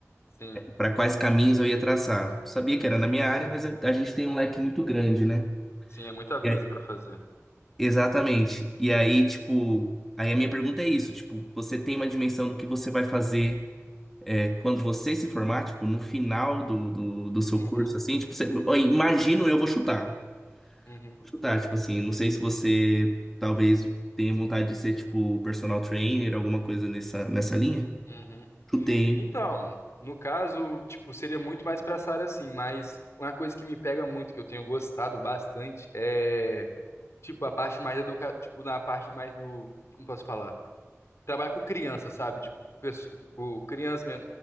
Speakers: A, on the left (about 60°); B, in the centre.
A: sim,
B: para quais caminhos eu ia traçar. Sabia que era na minha área, mas a, a gente tem um leque muito grande, né?
A: sim, é muita coisa
B: E aí-
A: pra fazer.
B: exatamente. E aí, tipo, aí a minha pergunta é isso, tipo, você tem uma dimensão do que você vai fazer é, quando você se formar, tipo, no final do, do, do seu
A: Uhum,
B: curso, assim, tipo, você, ó, imagino eu vou chutar.
A: uhum,
B: Vou chutar, tipo assim, não sei se você talvez tenha vontade de ser, tipo, personal trainer, alguma coisa nessa, nessa linha.
A: uhum.
B: Chutei, hein?
A: Então, no caso, tipo, seria muito mais pra essa área assim, mas uma coisa que me pega muito, que eu tenho gostado bastante, é tipo a parte mais educa, tipo na parte mais do, como posso falar? trabalhar com criança, sabe? Tipo, pesso- com criança, minha-